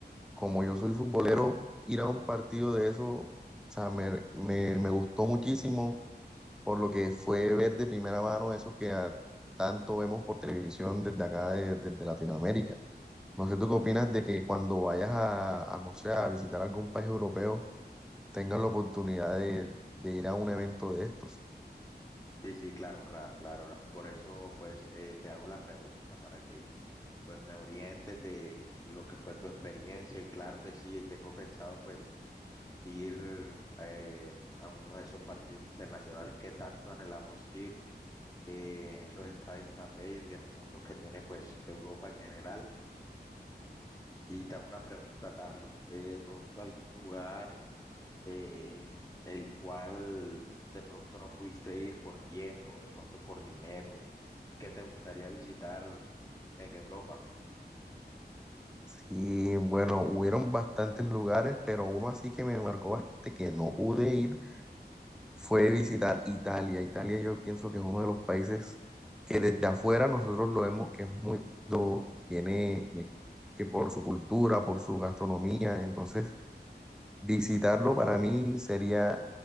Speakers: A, in the centre; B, on the left.
A: como yo soy futbolero, ir a un partido de eso, o sea, me, me, me gustó muchísimo por lo que fue ver de primera mano eso que a- tanto vemos por televisión desde acá, de- desde Latinoamérica. No sé, ¿tú qué opinas de que cuando vayas a, a, no sé, a visitar algún país europeo, tengas la oportunidad de, de ir a un evento de estos?
B: Sí, sí, claro, claro, claro. la- Por eso, pues, eh, te hago la pregunta para que, pues, me orientes de lo que fue tu experiencia. Y claro que sí, tengo pensado, pues, ir eh, a uno de esos partidos internacionales que tanto anhelamos ir. eh, esos estadios tan bellos y hermosos que tiene pues Europa en general. Y te hago una pregunta, Carlos, eh, de pronto algún lugar eh, el cual de pronto no pudiste ir por tiempo, de pronto por dinero, que te gustaría visitar en Europa?
A: Y bueno, hubieron bastantes lugares, pero uno así que me marcó bastante, que no pude ir, fue visitar Italia. Italia yo pienso que es uno de los países que desde afuera nosotros lo vemos que es muy lindo, tiene eh, que por su cultura, por su gastronomía, entonces visitarlo para mí sería